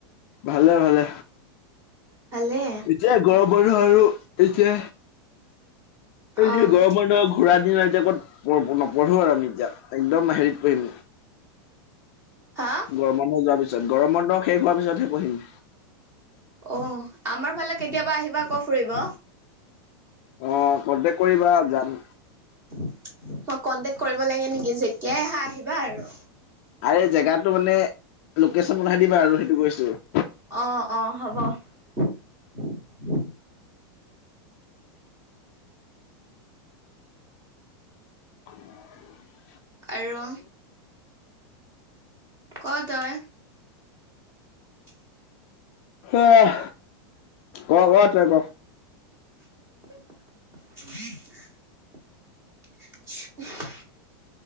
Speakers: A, on the left; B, on the right.
A: ভালে-ভালে।
B: ভালে।
A: এতিয়া গৰম বন্ধ আৰু এতিয়া, এতিয়া
B: অ',
A: গৰম বন্ধ ঘূৰা দিন -- এতিয়া ক'ত ম-নপঢ়ো আৰু আমি এতিয়া, একদম হেৰিত পঢ়িম
B: হা?
A: গৰম বন্ধ যোৱাৰ পিছত, গৰম বন্ধ শেষ হোৱাৰ পিছতহে পঢ়িম।
B: অ', আমাৰ ফালে কেতিয়াবা আহিবা আকৌ ফুৰিব।
A: অ', কনটেক্ট কৰিবা যাম।
B: <inaudible> মই কন্টেক কৰিব লাগে নেকি যেতিয়াই আহা আহিবা আৰু।
A: আৰে জেগাটো মানে, লোকেচন পঠাই দিবা আৰু সেইটো কৰিছোঁ।
B: অ', অ', হ'ব <inaudible>
A: <inaudible>
B: আৰু, ক তই। <inaudible>
A: আহ ক ক তই ক।
B: <inaudible>